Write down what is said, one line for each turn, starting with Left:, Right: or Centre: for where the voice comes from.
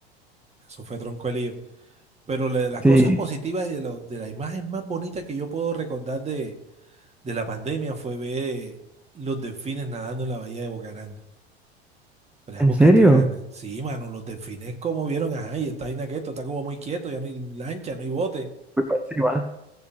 Right: Eso fue tronco de lío. Pero la de las
Centre: sí.
Right: cosas positivas y de, lo- de la imagen más bonita que yo puedo recordar de, de la pandemia fue ver los delfines nadando en la bahía de Boca Grande, por allá
Centre: ¿En
Right: por
Centre: serio?
Right: Castillo Grande. Sí, mano, los delfines como vieron, ajá, y está ahí esto, está como muy quieto, ya no hay lancha, no hay bote.
Centre: Voy para encima.